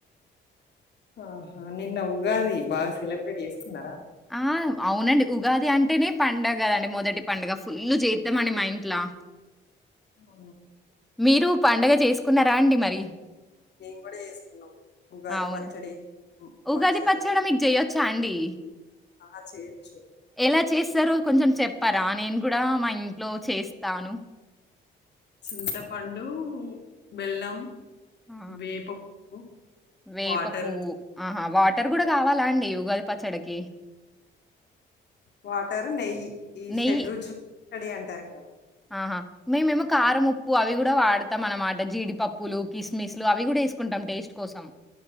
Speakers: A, on the left (about 60°); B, in the centre.
A: ఆహా నిన్న ఉగాది బాగా సెలబ్రేట్ చేస్కున్నారా
B: ఆ అవునండి ఉగాది అంటేనే పండుగ కదండి మొదటి పండుగ ఫుల్లు చేతం అండి మా ఇంట్ల
A: ఆ
B: మీరు పండుగ చేసుకున్నారా అండి మరి
A: మేం కూడా చేసుకున్నాం ఉగాది
B: అవునా!
A: పచ్చడి హ్మ్,
B: ఉగాది
A: భక్షాలు
B: పచ్చడ
A: జే
B: మీకు చెయొచ్చా అండి
A: ఆ చేయొచ్చు
B: ఎలా చేస్తారో కొంచెం చెప్పరా నేను కూడా మా ఇంట్లో చేస్తాను
A: చింతపండు బెల్లం
B: ఆ
A: వేప పువ్వు,
B: వేప
A: వాటరు.
B: పువ్వు ఆహా వాటి టర్ కూడా కావాలా అండి ఉగాది పచ్చడ కి
A: వాటర్ నెయ్యి ఈ
B: నెయ్యి
A: షెడ్ రుచులు <inaudible> అంటారు కదా!
B: ఆహా! మేమేమో కారం ఉప్పు అవి కూడా వాడతాం అనమాట జీడిపప్పులు కిస్మిస్ లు అవి కూడా వేసుకుంటాం టేస్ట్ కోసం